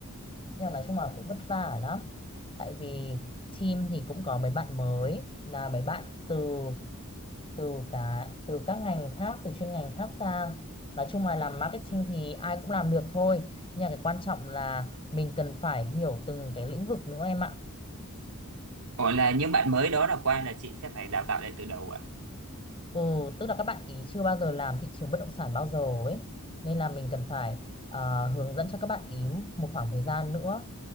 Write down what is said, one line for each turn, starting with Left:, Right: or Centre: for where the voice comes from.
Left: nhưng mà nói chung là cũng vất vả lắm tại vì team thì cũng có mấy bạn mới là mấy bạn từ từ cả từ các ngành khác từ chuyên ngành khác sang nói chung là làm marketing thì ai cũng làm được thôi nhưng mà cái quan trọng là mình cần phải hiểu từng cái lĩnh vực nữa em ạ
Right: Ồ là những bạn mới đó là qua là chị sẽ phải đào tạo lại từ đầu à?
Left: Ừ, tức là các bạn ý chưa bao giờ làm thị trường bất động sản bao giờ ấy. Nên là mình cần phải ờ, hướng dẫn cho các bạn ý một khoảng thời gian nữa.